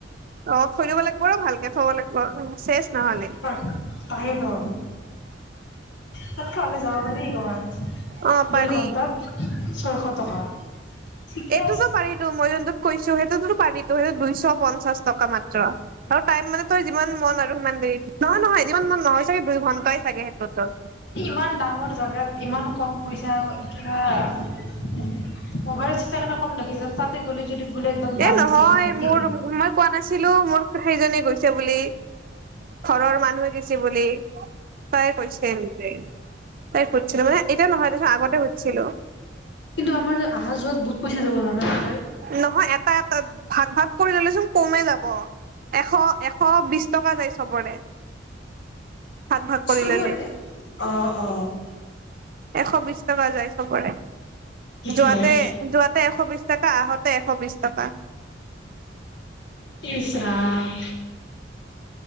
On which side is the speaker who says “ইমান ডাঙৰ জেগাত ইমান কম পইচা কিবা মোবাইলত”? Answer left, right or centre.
Left